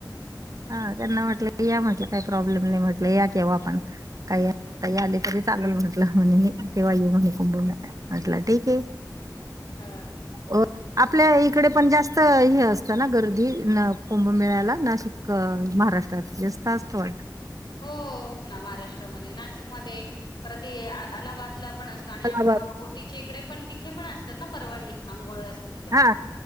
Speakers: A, on the right; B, on the left.
A: हा त्यांना म्हटलं या म्हटलं काही प्रॉब्लेम नाही म्हटलं या केव्हा पण काही <unintelligible> तरी चालल म्हटलं म्हणे तेव्हा येऊ म्हणे कुंभमेळाला म्हटलं ठीक आहे.
B: हा!
A: अ आपल्या इकडे पण जास्त हे असतं ना गर्दी कुंभमेळ्याला नाशिकला. क महाराष्ट्रात <unintelligible> असत वाटतं.
B: हो, ना महाराष्ट्रामध्ये नाशिकमध्ये‌. पर ते अलाहाबादला पण असतो आणि
A: अलाहाबाद
B: तिच्या इकडे पण तिथे पण असता ना परवणी आंघोळ असतं, तिथे
A: हा
B: पण,